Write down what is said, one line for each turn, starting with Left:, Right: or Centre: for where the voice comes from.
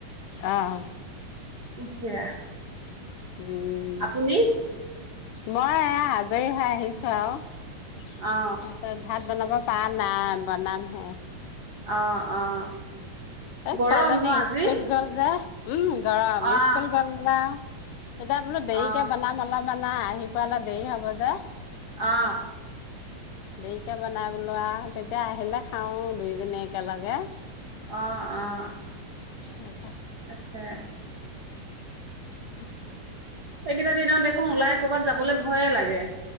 Left: অহ'
Right: <unintelligible>
Left: উম।
Right: আপুনি
Left: মই এয়া আজৰি হৈ আহিছোঁ আও। <unintelligible>
Right: অ
Left: বনাব পা নাই বনাম হে।
Right: অ' অ' গৰম
Left: ছোৱালীজনী
Right: ন আজি
Left: ইস্কুল গল যে। ওম গৰম ইস্কুল
Right: অ
Left: গল গে, এতিয়া বুলু দেৰিকে
Right: অ
Left: বনাম অলপ। নাই। আহি পোৱালে দেৰি হব যে
Right: অ অ
Left: দেৰিকে বনাই বোলোৱা তেতিয়া আহিলে খাও দুইজনী একেলগে,
Right: অ আহ,
Left: উ,
Right: আতছা,
Left: উ
Right: এইকেইটা দিনত দেখো ওলাই কৰ'বাত যাবলৈ ভয়ে লাগে